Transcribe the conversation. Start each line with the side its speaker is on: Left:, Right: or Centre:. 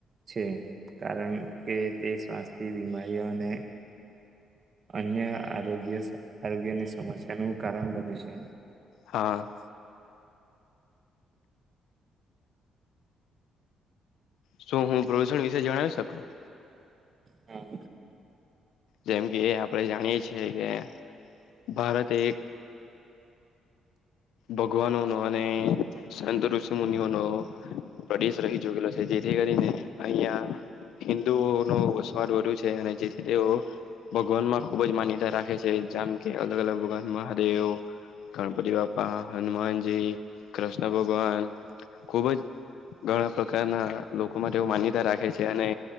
Right: છે, કારણ કે તે શ્વાસથી બીમારીઓને અન્ય આરોગ્ય આરોગ્યની સમસ્યાનું કારણ બને છે.
Left: હા. શું હું પ્રદૂષણ વિશે જણાવી શકું?
Right: હા.
Left: જેમ કે આપણેે જાણીએ છીએ કે ભારત એક ભગવાનોનો અને સંત ઋષિ મુનિઓનો પ્રદેશ રહી ચુકેલો છે, જેથી કરીને અહિયાં હિન્દુઓનો વસવાટ વધુ છે, અને જેથી તેઓ ભગવાનમાં ખુબ જ માન્યતા રાખે છે, જામ કે અલગ અલગ ભગવાન મહાદેવ ગણપતિ બા પા હનુમાનજી, કૃષ્ણ ભગવાન ખુબ જ ઘણા પ્રકારના લોકો માટે માન્યતા રાખે છે, અને